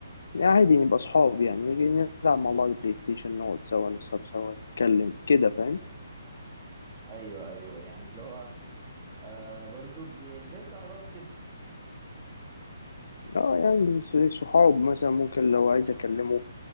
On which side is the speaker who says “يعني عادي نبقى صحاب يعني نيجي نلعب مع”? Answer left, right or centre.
Left